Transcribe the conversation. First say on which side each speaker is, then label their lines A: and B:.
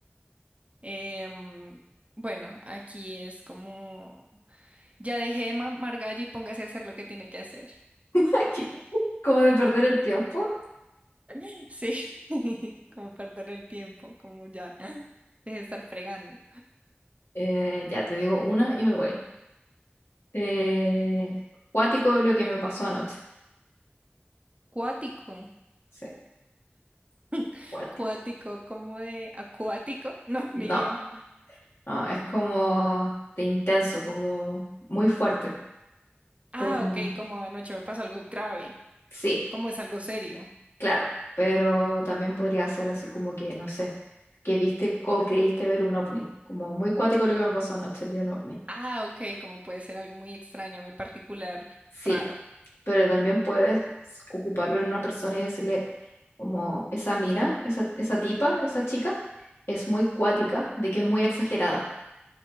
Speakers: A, on the right; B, on the left.
A: Em, bueno, aquí es como, ya dejé de mamar gallo y póngase a hacer lo que tiene que hacer.
B: <laughs> Aquí, como de perder el tiempo,
A: <laughs> Sí, <laughs> como perder el tiempo, como ya, deje de estar fregando.
B: eh, ya te digo una y me voy. Eh, cuático es lo que me pasó anoche.
A: Cuático.
B: Sí,
A: <laughs>
B: cuático.
A: Cuático, como de acuático, <laughs> no, ni
B: No,
A: idea.
B: no, es como de intenso, como muy fuerte.
A: Ah,
B: Como,
A: ok, como anoche me pasó algo grave,
B: sí,
A: como es algo serio.
B: claro, pero también podría ser así como que, no sé, que viste o creíste ver un ovni. Como muy cuático lo que me pasó anoche, vi un ovni.
A: Ah, ok, como puede ser algo muy extraño, muy particular,
B: Sí,
A: raro.
B: pero también puedes ocuparlo en una persona y decirle, como, esa mina, esa, esa tipa, esa chica, es muy cuática, de que es muy exagerada.